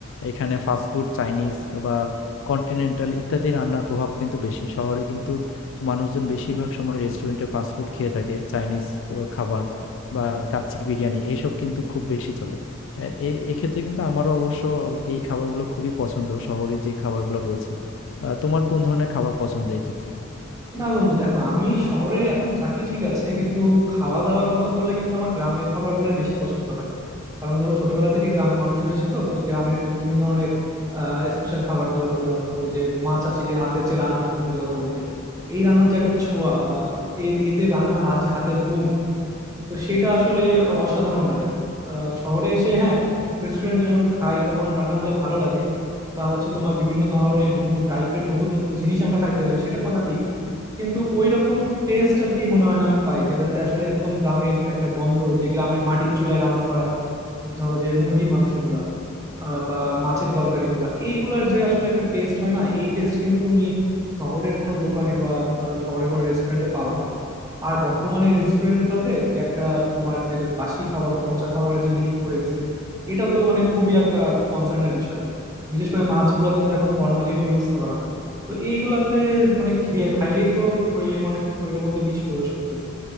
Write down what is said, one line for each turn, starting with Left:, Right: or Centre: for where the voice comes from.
Left: এখানে ফাস্টফুড চাইনিজ বা কন্টিনেন্টাল ইত্যাদি রান্নার প্রভাব কিন্তু বেশি শহরে কিন্তু মানুষজন বেশিরভাগ সময় রেস্টুরেন্টে ফাস্টফুড খেয়ে থাকে চাইনিজ আহ, খাবার বা কাচ্চি বিরিয়ানি এইসব কিন্তু খুব বেশি চলে এ- এ- এক্ষেত্রে কিন্তু আমারও অবশ্য এই খাবারগুলো খুবই পছন্দ শহরে যে খাবারগুলো রয়েছে আহ, তোমার কোন ধরনের খাবার পছন্দ এক্ষেত্রে
Right: না বন্ধু দেখো আমি শহরে এখন থাকি ঠিক আছে কিন্তু খাওয়া দাওয়ার কথা বললে কিন্তু আমার গ্রামের খাবার গুলাই বেশি পছন্দ হয় কারণ ধরো ছোটবেলা থেকে গ্রামে মানুষ হয়েছি তো তো গ্রামের যে বিভিন্ন ধরনের স্পেশাল খাবার দাবার গুলো ধরো যে মা চাচিদের হাতের যে রান্না সত্যি কথা বলতে এই রান্নার যে একটা ছোঁয়া বা এ- এদের রান্নার হাত- যে হাতের গুণ তো সেটা আসলে অসাধারণ লাগে আমার আহ, শহরে এসে হ্যাঁ রেস্টুরেন্টে যখন খাই তখন রান্নাগুলো ভালো লাগে বা হচ্ছে তোমার বিভিন্ন ধরনের বিভিন্ন টাইপের নতুন নতুন জিনিস আমরা খাইতে পারি সেটা কথা ঠিক কিন্তু ওই রকম টেস্ট আর কি মনে হয় না আমি পাই যেটাতে আসলে একদম গ্রামের একটা গন্ধ যে গ্রামের মাটির চুলায় রান্না করা ধরো যে মুরগির মাংসগুলা আহ, বা মাছের তরকারিগুলা এইগুলার যে আসলে একটা টেস্ট হয় না এই টেস্ট কিন্তু তুমি শহরের কোনো দোকানে বা আহ, শহরের কোনো রেস্টুরেন্টে পাবা না আর বর্তমানে রেস্টুরেন্ট গুলাতে যে একটা তোমার যে বাসি খাবার বা পচা খাবারের যে হিড়িক পড়ে গেছে এটাও তো মানে খুবই একটা কনসার্নের বিষয় বিশেষ করে মাছগুলাতে তো এখন ফরমালিনও ইউজ করা হয় তো এইগুলাতে মানে খেয়ে খাইলেই তো শরীরে মানে শরীরের মধ্যে বিষ প্রবেশ করতেছে